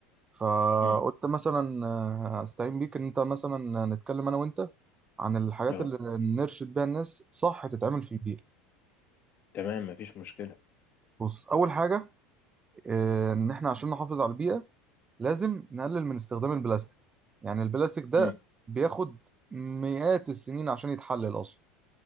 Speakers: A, on the right; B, on the left.
A: فقلت
B: مم.
A: مثلا آه، أستعين بيك إن أنت مثلا نتكلم أنا وأنت عن الحاجات
B: اه
A: اللي نرشد بيها الناس صح تتعمل في البيئة
B: تمام مفيش مشكلة
A: بص أول حاجة آه، إن إحنا عشان نحافظ على البيئة لازم نقلل من استخدام البلاستيك يعني البلاستيك ده
B: مم.
A: بياخد مئات السنين عشان يتحلل أصلا